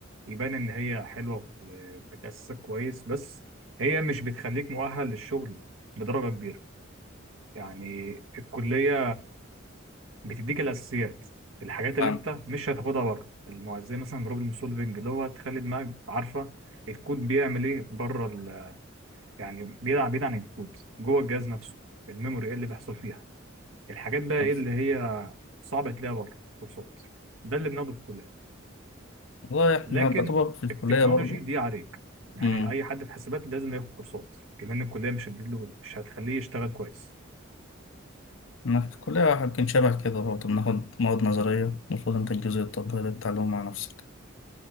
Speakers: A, on the right (about 80°); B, on the left (about 70°).
A: يبان ان هي حلوه وبتاسسك كويس بس هي مش بتخليك مؤهل للشغل بدرجه كبيره يعني الكليه بتديك الاساسيات الحاجات
B: فاهم
A: اللي انت مش هتاخدها بره المو- زي مثلا بروبلم سولفنج اللي هو تخلي دماغك عارفه الكود بيعمل ايه بره ال... يعني بيلعب بعيد عن الكود جوه الجهاز نفسه الميموري ايه اللي بيحصل فيها الحاجات بقى
B: فاهم.
A: ايه اللي هي صعبه تلاقيها بره كورسات ده اللي بناخده في الكليه
B: والله احنا
A: لكن
B: بطبق في الكلية
A: التكنولوجي
B: برضو
A: دي عليك يعني
B: امم
A: اي حد في حسابات لازم ياخد كورسات كمان الكليه مش هتديله مش هتخليه يشتغل كويس
B: انا في الكلية يمكن شبه كده برضو بناخد مواد نظرية المفروض انت الجزء التطبيقي ده بتتعلمه مع نفسك